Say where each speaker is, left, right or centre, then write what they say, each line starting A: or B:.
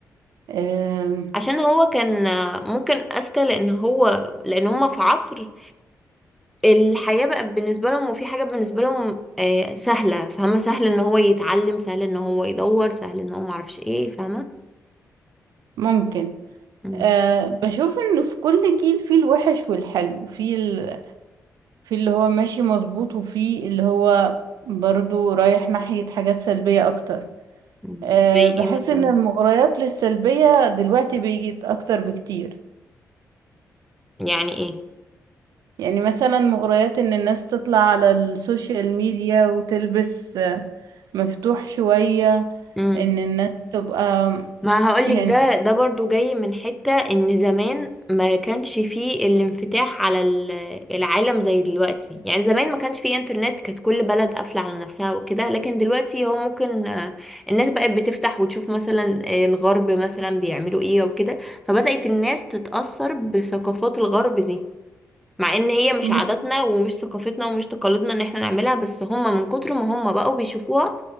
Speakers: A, on the right (about 85°); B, in the centre.
A: آه
B: عشان هو كان ممكن اذكى لان هو لان هما في عصر الحياة بقى بالنسبة لهم وفي حاجة بالنسبة لهم آه، سهلة فاهمة سهل ان هو يتعلم سهل ان هو يدور سهل ان هو معرفش ايه فاهمة
A: ممكن
B: مم.
A: آه بشوف انه في كل جيل فيه الوحش والحلو في ال... في اللي هو ماشي مظبوط وفي اللي هو برضو رايح ناحية حاجات سلبية اكتر
B: مم.
A: آه
B: زي
A: بحس
B: ايه مثلا
A: ان المغريات للسلبية دلوقتي بيجي اكتر بكتير
B: يعني
A: يعني مثلا مغريات ان الناس تطلع على السوشيال ميديا وتلبس آه، مفتوح شوية
B: ايه
A: ان الناس تبقى
B: ما هقولك
A: يعني
B: ده ده برضو جاي من حتة ان زمان ما كانش فيه الانفتاح على ال- العالم زي دلوقتي يعني زمان ما كانش فيه انترنت كانت كل بلد قافلة على نفسها وكده لكن دلوقتي هو ممكن آه، الناس بقت بتفتح وتشوف مثلا آه، الغرب مثلا بيعملوا ايه وكده فبدأت الناس تتأثر بثقافات الغرب دي مع ان هي مش
A: م-
B: عاداتنا ومش ثقافتنا ومش تقاليدنا ان احنا نعملها بس هم من كتر ما هم بقوا بيشوفوها